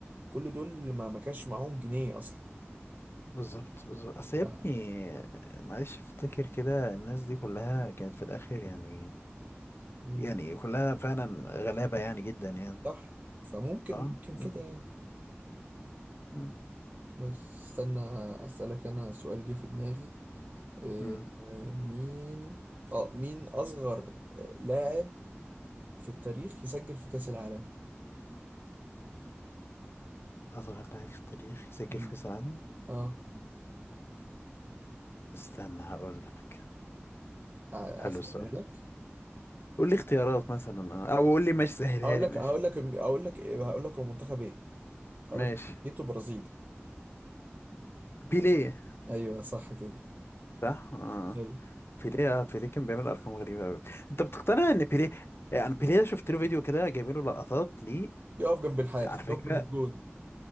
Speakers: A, on the right; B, on the left.
A: كل دول ما ما كانش معاهم جنيه اصلا
B: بالظبط بالظبط اصل يا
A: ف-
B: ابني معلش افتكر كده الناس دي كلها كانت في الاخر يعني
A: مم.
B: يعني كلها فعلا غلابه يعني جدا يعني
A: صح فممكن
B: اه
A: ممكن
B: مم.
A: كده يعني
B: مم.
A: بس استنى اسألك انا سؤال جه في دماغي آه،
B: مم.
A: آه، مين اه مين اصغر لاعب في التاريخ يسجل في كأس العالم
B: اصغر لاعب في التاريخ يسجل
A: مم.
B: في كاس العالم
A: اه
B: استنى هقول لك
A: آه،
B: حلو
A: اسهلها
B: السؤال ده
A: لك
B: قول لي اختيارات مثلا آه، او قول لي ماشي سهلها
A: اقول
B: لي
A: لك
B: ماشي
A: هقول لك اقول لك هقول لك هو منتخب ايه
B: ماشي
A: هقول لك جنسيته برازيلي
B: بيليه
A: ايوه صح كده
B: صح اه
A: ايوي
B: بيليه آه، بيليه كان بيعمل ارقام غريبه قوي انت بتقتنع ان بيليه يعني بيليه ده شفت له فيديو كده جايبين له لقطات ليه
A: بيقف جنب الحارس
B: على
A: بيقف
B: فكره
A: جنب الجون